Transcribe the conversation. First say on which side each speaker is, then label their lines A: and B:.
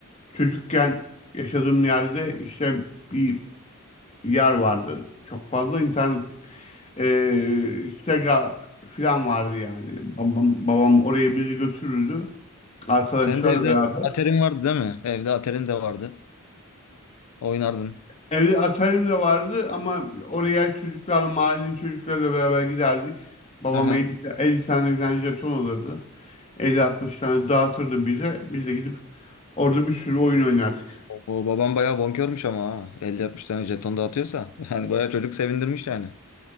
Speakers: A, on the left; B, on the left.
A: çocukken yaşadığım yerde işte bir yer vardı. Çok fazla internet eee Sega falan vardı yani. Babam, babam oraya bizi götürürdü arkadaşlarla
B: Sen de evde
A: beraber.
B: aterin vardı değil mi? Evde aterin de vardı. Oynardın.
A: Evde Atari'm de vardı ama oraya çocuklarla, mahallenin çocuklarıyla beraber giderdik. Babam
B: Aha.
A: 50, ta- 50 tane falan jeton alırdı. 50-60 tane dağıtırdı bize. Biz de gidip Orada bir sürü oyun oynardık.
B: O babam bayağı bonkörmüş ama ha. 50-60 tane jeton dağıtıyorsa. <laughs> Yani bayağı çocuk sevindirmiş yani.